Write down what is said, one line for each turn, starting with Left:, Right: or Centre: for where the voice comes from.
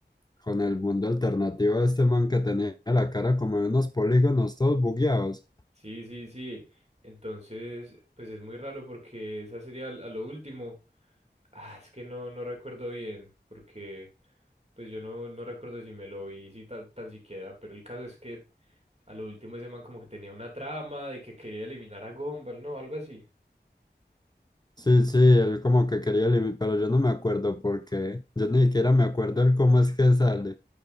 Left: con el mundo alternativo de este man que tenía la cara como de unos polígonos todos bugueados.
Right: Sí, sí, sí. Entonces, pues es muy raro porque esa sería a lo último. Ah, es que no, no recuerdo bien, porque pues yo no, no recuerdo si me lo vi si tan, tan siquiera, pero el caso es que a lo último ese man como que tenía una trama de que quería eliminar a Gumball, ¿no? Algo así.
Left: Sí, sí, él como que quería eliminar, pero yo no me acuerdo porque yo ni siquiera me acuerdo el cómo es que sale.